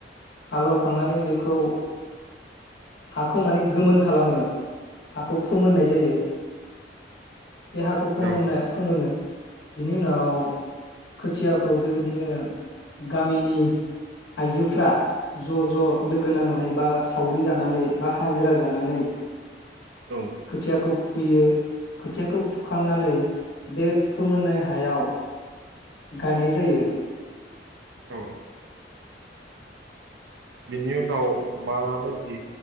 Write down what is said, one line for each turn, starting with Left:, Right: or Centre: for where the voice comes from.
Left: हालौखांनानै बे खौ हाखौ माने गोमोन खालामो हाखौ फोमोननाय जायो देहाखौ फोमोनाय
Right: औ
Left: फोमोनो बिनि उनाव खोथियाखौ बेबायदिनो गामिनि आइजोफ्रा ज' ज' लोगो नांनानै बा सावरि जानानै बा हाजिरा जानानै
Right: औ
Left: खथियाखौ फुयो खोथियाखौ फुखांनानै बे फोमोननाय हायाव गायनाय जायो
Right: औ बिनि उनाव माबायदि